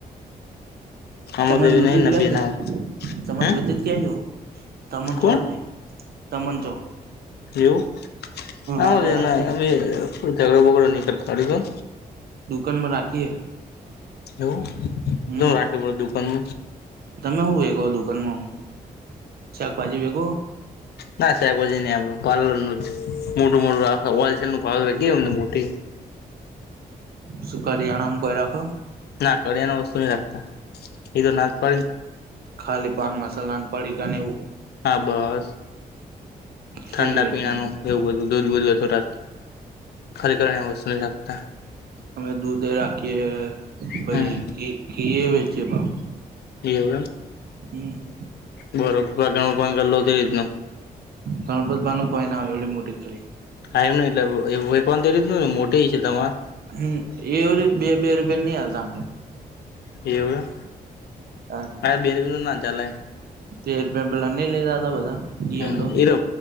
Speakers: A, on the left; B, on the right.
A: આમાં
B: તમાર
A: તો એવી
B: જોતુત
A: નહીં ને
B: કાડલો.
A: બે નાળ
B: તમાર
A: હે
B: જોતુત કાડલો. તમન
A: કોણ
B: ચાલ દેય. તમન જો
A: એવું? કોણ
B: આપડે
A: એને
B: રાખીએ
A: ઝગડો બગડો નઈ કરતા <unintelligible>
B: દુકાનમાં રાખીએ
A: એવું? <unintelligible>
B: હમ
A: રાખે બધુ દુકાનમાં
B: તમે હું વેગો દુકાનમાં શાકભાજી વેગો
A: ના શાકભાજી ની આપનુ પાલરનું જ મોટું મોટું રાખે હોલસેલ <unintelligible> એમની મોટી
B: શુંકારીયાણામ કોય રાખો
A: ના કરિયાણા વસ્તુ નઈ રાખતા એ તો ના જ પાડી
B: ખાલી પાન મસાલાન પડીકાને એવું
A: આબસ. ઠંડા
B: સિગરેટ
A: પીણાનું
B: ને
A: એવું બધું દૂધ બૂધ બધુ રાખ ખાલી કરિયાણા વસ્તુ નહી રાખતા.
B: હમે દૂધે રાખીએ પહી
A: હમ
B: ઘી ઘીએ વચીએ પાહું
A: એવું એમ
B: હમ
A: બોલો પોતાનો પણ ગલ્લો કે રીતનો
B: હા પોતાનું કોઈ ના હોય એવડી મોટી કઢી
A: <unintelligible>
B: હમ એ એવી રીત બે-બે રૂપિયાની નહી આલતા
A: એવુ એમ
B: હા
A: બે રૂપિયા નું ના ચાલે
B: <unintelligible> પેલા ન‌ઈ લેતા હતા બધા? ઈ
A: હા
B: તો
A: એરો